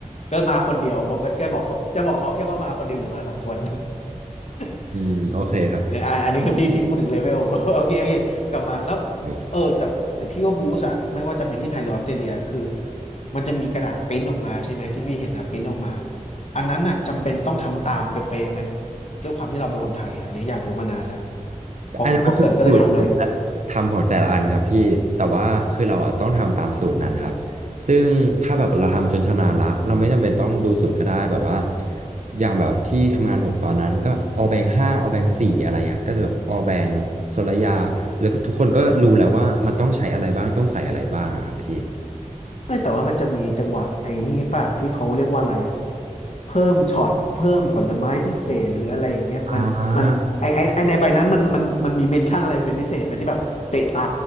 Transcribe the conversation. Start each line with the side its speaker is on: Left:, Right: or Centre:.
Left: ก็มาคนเดียวบอกก็จะบอกเขาจะบอกเขาแค่ว่ามาคนเดียวหรือมาสองคน <laughs>
Right: อืมโอเคครับ
Left: เอออันอันนี้คือพี่พี่พูดถึงเลเวล <laughs> โอเคโอเคกลับมาแล้ว
Right: โอเค
Left: เออแต่แต่พี่ว่าบูสอะไม่ว่าจะเป็นที่ไทยหรือออสเตรเลียคือมันจะมีกระดาษปริ้นออกมาใช่ไหมที่พี่เห็นนะปริ้นออกมาอันนั้นอะจำเป็นต้องทำตามเป๊ะๆไหมด้วยความที่เราเป็นคนไทยอะอันนี้อยากรู้มานานแล้ว
Right: แต่อันนั้นมันคือสูตรของแต่ละทำของแต่ละอันครับพี่แต่ว่าคือเราอะต้องทำตามสูตรนั้นครับ
Left: พอพอเกรินก็เลยถามเลย
Right: ซึ่งถ้าแบบเราทำจนชำนาญละเราไม่จำเป็นต้องดูสูตรก็ได้แบบว่าอย่างแบบที่ทำงานผมตอนนั้นก็ออแบงห้าออแบงสี่อะไรเงี้ยก็จะแบบออแบงโซลยาแล้วก็ทุกคนก็รู้แล้วว่ามันต้องใช้อะไรบ้างต้องใส่อะไรบ้างอะครับพี่
Left: ไม่แต่ว่ามันจะมีจังหวะไอ้นี่ป่ะที่เขาเรียกว่าอะไรอ่ะเพิ่มช็อตเพิ่มผลไม้พิเศษหรืออะไรอย่างเงี้ยมันมันไอไอไอในใบนั้นมันมันมันมีเมนชั่นอะไรเป็นพิเศษไหมที่แบบเตะตา
Right: อ่า